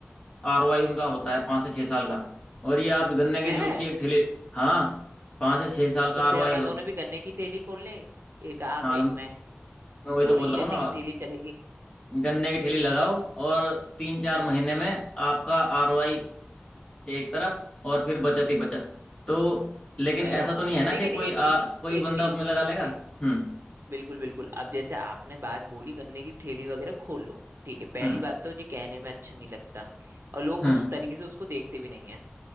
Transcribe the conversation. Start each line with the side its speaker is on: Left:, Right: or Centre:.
Left: आर ओ आई उनका होता है पाँच से छः साल का और ये आप गन्ने के
Right: है
Left: जूस की एक ठेली हाँ पाँच से छः साल
Right: तो
Left: का आर
Right: फिर
Left: ओ आई
Right: अपन
Left: हो
Right: दोनों भी गन्ने की तेली खोल लें एक आप
Left: हाँ मैं
Right: एक मैं
Left: वही
Right: दोनों
Left: तो बोल
Right: की
Left: रहा
Right: गन्ने
Left: हूँ ना
Right: की तेली चलेगी
Left: गन्ने की ठेली लगाओ और तीन चार महीने में आपका आर ओ आई एक तरफ और फिर बचत ही बचत तो लेकिन
Right: चलो
Left: ऐसा तो नहीं है ना
Right: लेकिन
Left: कि कोई
Right: एक
Left: आ,
Right: चीज
Left: कोई
Right: एक
Left: बंदा
Right: चीज
Left: उसमें लगा लेगा
Right: ए,
Left: हम्म
Right: बिल्कुल बिल्कुल अब जैसे आपने बात बोली गन्ने की ठेली वगैरह खोल लो ठीक है पहली
Left: हम्म
Right: बात तो जी कहने में अच्छा नहीं लगता और लोग
Left: हम्म
Right: उस तरीके से उसको देखते भी नहीं है